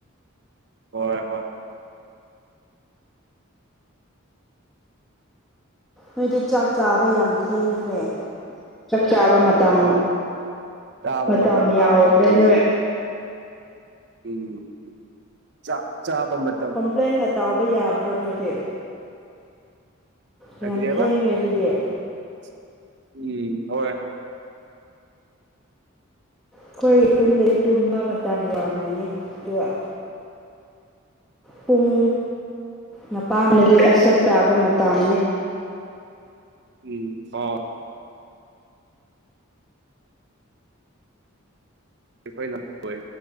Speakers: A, on the right (about 55°); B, in the centre.
A: ꯍꯣꯏ ꯍꯣꯏ
B: ꯅꯣꯏꯗꯤ ꯆꯥꯛ ꯆꯥꯕ ꯌꯥꯝ ꯊꯦꯡꯈ꯭ꯔꯦ ꯆꯥꯛ ꯆꯕ ꯃ ꯇꯝ
A: ꯑꯥ ꯆꯥꯕ
B: ꯃꯇꯝ ꯌꯥꯎꯈ꯭ꯔꯦ
A: ꯂꯥꯛꯑꯅꯤ ꯑꯩꯈꯣꯏꯁꯦ
B: ꯅꯣꯏ
A: ꯎꯝ ꯆꯥꯞ ꯆꯥꯕ ꯃ
B: ꯀꯝꯄ꯭ꯂꯦꯟꯒ ꯇꯥꯎꯕ ꯌꯥꯗ꯭ꯔꯣ ꯅꯣꯏꯗꯤ
A: ꯀꯔꯤꯑꯕ
B: ꯌꯥꯝ ꯊꯦꯡꯉꯦ ꯁꯤꯗꯤ
A: <unintelligible> ꯎꯝ ꯍꯣꯏ
B: ꯑꯈꯣꯏꯒꯤ ꯈꯨꯜꯗꯗꯤ ꯇꯨꯝꯕ ꯃꯇꯝ ꯌꯥꯝꯔꯝꯒꯅꯤ ꯑꯗꯨꯒ ꯄꯨꯡ ꯃꯄꯥꯟꯗꯗꯤ ꯑꯁ ꯆꯥꯛ ꯆꯥꯕ ꯃꯇꯥꯝꯅꯦ
A: ꯎꯝ ꯍꯣ ꯑꯩꯈꯣꯏꯅ <unintelligible>